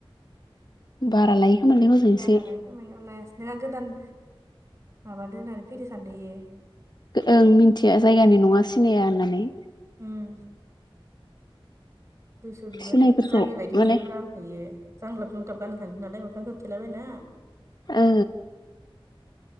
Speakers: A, on the left; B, on the right.
A: बारा लायो खोमालै हजों
B: बारा
A: एसे
B: लायो गोमायाव लायासै नङा गोदान माबादो होननानै फैद सानदों इयो
A: ओं मिथिया जायगानि नङा सिनाया होननानै
B: उम दुइस बिबा
A: सिनायफोरखौ
B: दुइस जामिबायायदि
A: माने
B: नुदोंब्रा आंखो इयो जांलाब जुंथ्लाब गाना थाङोन नालाय मोखांखौ खिथलाबायना
A: ओ